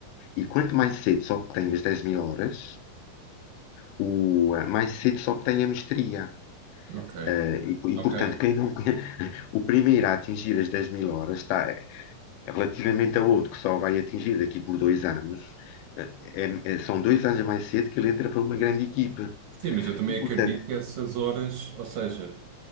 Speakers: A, on the left; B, on the right.
A: E quanto mais cedo se obtém as dez mil horas, o, eh, mais cedo se obtém a mestria.
B: Ok,
A: Eh, e,
B: ok.
A: e, portanto, quem não, <laughs> o primeiro a atingir as dez mil horas está eh, relativamente a outro que só vai atingir daqui por dois anos. eh, é- é- são dois anos mais cedo que ele entra para uma grande equipe.
B: Sim, mas eu também
A: E, portanto,
B: acredito que essas horas, ou seja,